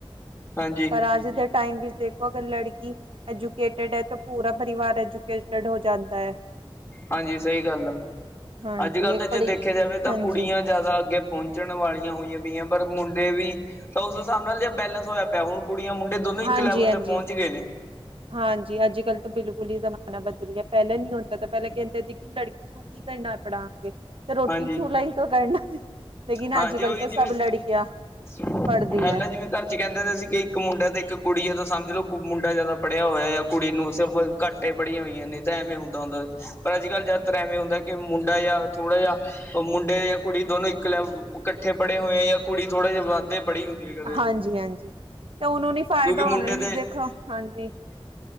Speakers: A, on the left (about 25°); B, on the right (about 65°).
A: ਹਾਂਜੀ।
B: ਅੱਜ ਦੇ ਟਾਈਮ ਵਿੱਚ ਦੇਖੋ ਅਗਰ ਲੜਕੀ ਕਿ ਐਜੂਕੇਟਡ ਹੈ ਤਾਂ ਪੂਰਾ ਪਰਿਵਾਰ ਐਜੂਕੇਟਡ ਹੋ ਜਾਂਦਾ ਹੈ।
A: ਹਾਂਜੀ ਸਹੀ ਗੱਲ ਐ,
B: ਹਾਂਜੀ
A: ਅੱਜ ਕੱਲ੍ਹ
B: ਇੱਕ
A: ਤਾਂ
B: ਬੜੀ
A: ਜੇ ਦੇਖਿਆ ਜਾਵੇ ਤਾਂ
B: ਹਾਂਜੀ
A: ਕੁੜੀਆਂ ਜ਼ਿਆਦਾ ਅੱਗੇ ਪਹੁੰਚਣ ਵਾਲੀਆਂ ਹੋਈਆਂ ਪਈਆਂ ਪਰ ਮੁੰਡੇ ਵੀ ਤਾਂ ਉਸ ਹਿਸਾਬ ਨਾਲ ਜਿੇ ਬੈਲੈਂਸ ਹੋਇਆ
B: ਜੇ
A: ਪਿਆ
B: ਪਹਿਲਾਂ
A: ਹੁਣ
B: ਹੋਇਆ
A: ਕੁੜੀਆਂ
B: ਪਿਆ
A: ਮੁੰਡੇ ਦੋਨੋਂ ਇੱਕ
B: ਹਾਂਜੀ
A: ਲੈਵਲ
B: ਹਾਂਜੀ
A: ਤੇ ਪਹੁੰਚ ਗਏ ਨੇ।
B: ਹਾਂਜੀ ਅੱਜ ਕੱਲ੍ਹ ਤਾਂ ਬਿਲਕੁਲ ਹੀ ਜ਼ਮਾਨਾ ਬਦਲ ਗਿਆ। ਪਹਿਲਾਂ ਨੀ ਹੁੰਦਾ ਥਾ ਪਹਿਲਾਂ ਕਹਿੰਦੇ ਸੀ ਕਿ ਲੜਕੀ ਨੂੰ ਕੀ ਕਰਨਾ ਪੜਾ ਕੇ ਤੇ ਰੋਟੀ
A: ਹਾਂਜੀ
B: ਚੁਲ੍ਹਾ ਹੀ ਤੋਂ ਕਰਨਾ। ਲੇਕਿਨ
A: ਹਾਂਜੀ
B: ਅਜ ਕੱਲ
A: ਉਹੀ
B: ਤਾਂ
A: ਜਿਵੇਂ
B: ਸਭ ਲੜਕੀਆਂ
A: ਪਹਿਲਾਂ
B: ਪੜ੍ਹਦੀ ਹੈ।
A: ਜਿਵੇਂ
B: ਪਹਿਲਾਂ
A: ਘਰ ਚ ਕਹਿੰਦੇ ਹੁੰਦੇ ਸੀ ਕਿ ਇੱਕ ਮੁੰਡਾ ਤੇ ਇੱਕ ਕੁੜੀ ਆ ਤਾਂ ਸਮਝ ਲੋਓ ਮੁੰਡਾ ਜਿਆਦਾ ਪੜ੍ਹਿਆ ਹੋਇਆ ਆ ਕੁੜੀ ਨੂੰ ਸਿਰਫ ਘੱਟ ਹੀ ਪੜ੍ਹੀਆਂ ਹੋਈਆਂ ਨੇ ਤਾਂ ਐਵੇਂ ਹੁੰਦਾ, ਹੁੰਦਾ ਪਰ ਅੱਜ ਕੱਲ੍ਹ ਜਾਦਾਤਰ ਐਵੇਂ ਹੁੰਦੈ ਕਿ ਮੁੰਡਾ ਜਾਂ ਥੋੜਾ ਜਿਹਾ ਮੁੰਡੇ ਜਾਂ ਕੁੜੀ ਦੋਨੋਂ ਲੈਵਲ
B: <inaudible>
A: ਇਕੱਠੇ ਪੜ੍ਹੇ ਹੋਏ ਆ ਜਾਂ ਕੁੜੀ ਥੋੜ੍ਹਾ ਜਿਹਾ ਵੱਧਦੇ ਪੜ੍ਹੀ ਹੁੰਦੀ ਹੈ ਕਦੇ
B: ਹਾਂਜੀ, ਹਾਂਜੀ। ਤੇ ਉਹਨੂੰ ਨੀ
A: ਕਿਉਂਕਿ
B: ਫ਼ਾਇਦਾ
A: ਮੁੰਡੇ
B: ਹੋਣਾ ਵੀ
A: ਤੇ
B: ਦੇਖੋ, ਹਾਂਜੀ।